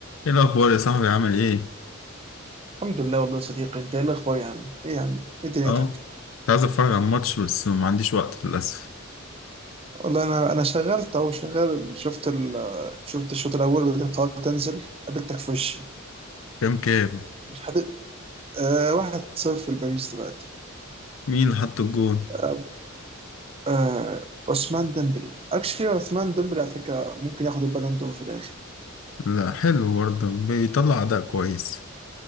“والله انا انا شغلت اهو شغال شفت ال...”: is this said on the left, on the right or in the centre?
Right